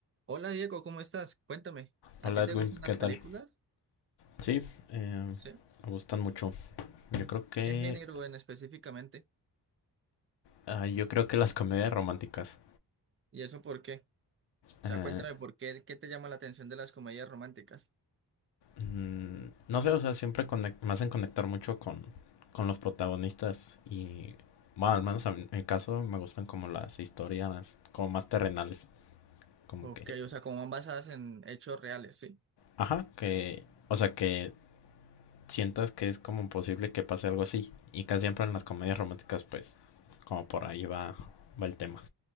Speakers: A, on the right (about 30°); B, on the left (about 70°).
A: Hola Diego, ¿cómo estás? Cuéntame, ¿a
B: Hola
A: ti te
B: Edwin,
A: gustan
B: ¿qué
A: las
B: tal?
A: películas?
B: Sí, eh,
A: ¿Sí?
B: me gustan mucho. Yo creo que,
A: ¿Qué género en específicamente?
B: ah, yo creo que las comedias románticas.
A: ¿Y eso por qué? O
B: eh,
A: sea, cuéntame por qué, qué te llama la atención de las comedias románticas.
B: mm, no sé, o sea, siempre conec- me hacen conectar mucho con, con los protagonistas y, bueno, al menos a mí- en mi caso me gustan como las historias como más terrenales, como
A: Ok,
B: que,
A: o sea, como van basadas en hechos reales, ¿sí?
B: ajá, que, o sea, que sientas que es como posible que pase algo así y casi siempre en las comedias románticas, pues, como por ahí va, va el tema.